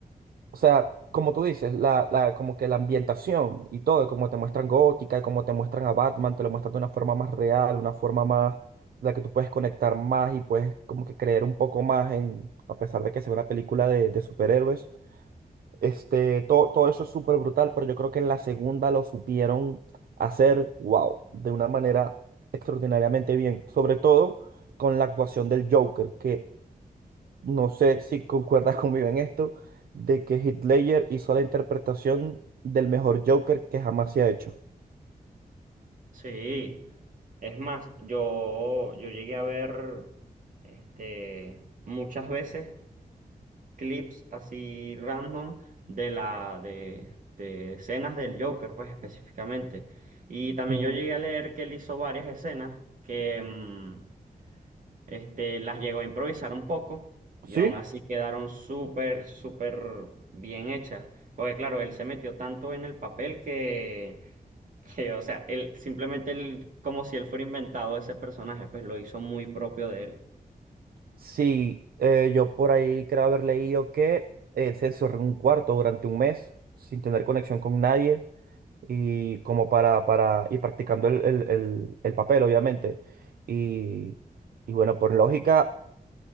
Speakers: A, on the right; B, on the right.
A: o sea, como tú dices, la, la, como que la ambientación y todo, y como te muestran Gótica, y como te muestran a Batman, te lo muestran de una forma más real, una forma más, de la que tú puedes conectar más y puedes como que creer un poco más en, a pesar de que sea una película de de superhéroes este, todo, todo eso es súper brutal, pero yo creo que en la segunda lo supieron hacer, wow, de una manera extraordinariamente bien. Sobre todo con la actuación del Joker, que no sé si concuerdas <laughs> conmigo en esto, de que Heath Ledger hizo la interpretación del mejor Joker que jamás se ha hecho.
B: Sí, es más, yo, yo llegué a ver este, muchas veces clips así random de la de, de escenas del Joker, pues específicamente. Y también
A: Ujú.
B: yo llegué a leer que él hizo varias escenas que mm, este, las llegó a improvisar un poco y
A: ¿Sí?
B: aún así quedaron súper, súper bien hechas. Porque claro, él se metió tanto en el papel que que, o sea, él simplemente él, como si él fuera inventado ese personaje, pues lo hizo muy propio de él.
A: Sí, eh, yo por ahí creo haber leído que él se encerró en un cuarto durante un mes sin tener conexión con nadie y como para, para, y practicando el, el- el- el papel, obviamente. Y, y bueno, por lógica,